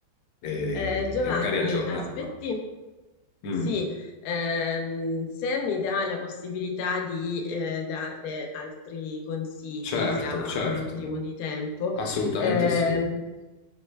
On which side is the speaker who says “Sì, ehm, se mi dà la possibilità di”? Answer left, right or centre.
Left